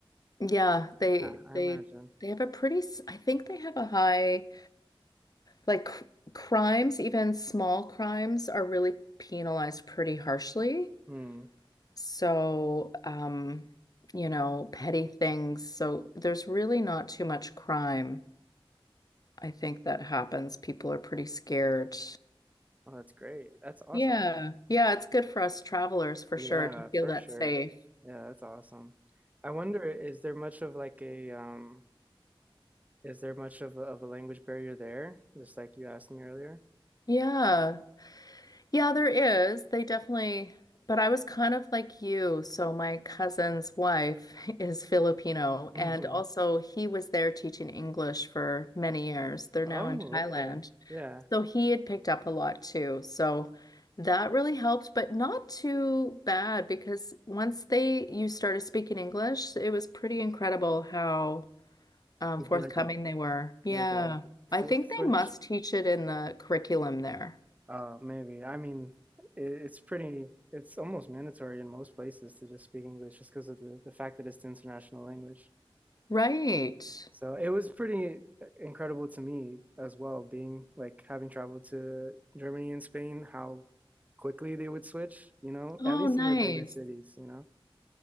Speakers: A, on the left (about 45°); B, on the right (about 15°).
A: yeah, they
B: Yeah, I
A: they
B: imagine.
A: they have a pretty s- I think they have a high like cr crimes, even small crimes are really penalized pretty harshly.
B: Hmm.
A: So, um, you know, petty things. So there's really not too much crime. I think that happens. People are pretty scared.
B: Oh, that's great. That's awesome.
A: Yeah. Yeah, it's good for us travelers for
B: Yeah,
A: sure to
B: for
A: feel that
B: sure.
A: safe. <laughs>
B: Yeah, that's awesome. I wonder, is there much of like a um is there much of a, of a language barrier there? Just like you asked me earlier.
A: Yeah. Yeah, there is. They definitely, but I was kind of like you. So my cousin's wife <laughs> is Filipino,
B: Mm-hmm.
A: and also he was there teaching English for many years. They're
B: Oh,
A: now in Thailand.
B: okay. Yeah.
A: So he had picked up a lot too. So that really helped, but not too bad because once they you started speaking English, it was pretty incredible how um,
B: It'd
A: forthcoming
B: be like a
A: they were. Yeah.
B: like a
A: I
B: flip
A: think
B: switch.
A: they must teach it in the curriculum there.
B: Uh, maybe. I mean, it, it's pretty, it's almost mandatory in most places to just speak English just because of the, the fact that it's the international language.
A: Right.
B: So it was pretty uh, incredible to me as well, being like having traveled to Germany and Spain, how quickly they would switch, you know,
A: Oh,
B: at least
A: nice.
B: in the bigger cities, you know.